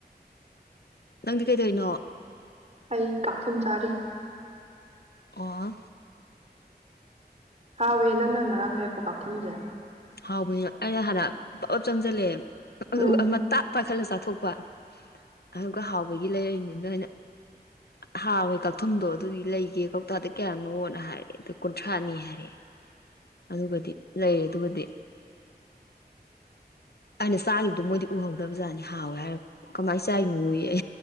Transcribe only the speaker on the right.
ꯑꯩ ꯀꯥꯛꯊꯨꯝ ꯆꯥꯔꯤ
ꯍꯥꯎꯏ ꯅꯪꯅ ꯉꯔꯥꯡ ꯂꯩꯔꯛꯄ ꯀꯥꯎꯊꯨꯝꯁꯦ
ꯎꯝ